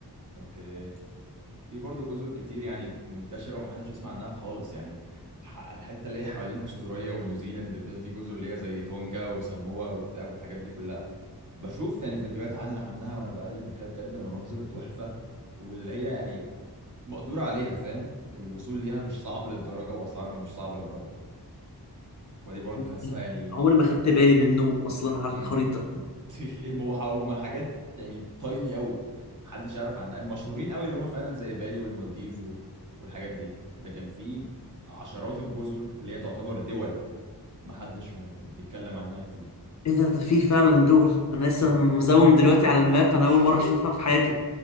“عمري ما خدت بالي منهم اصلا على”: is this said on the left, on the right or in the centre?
Left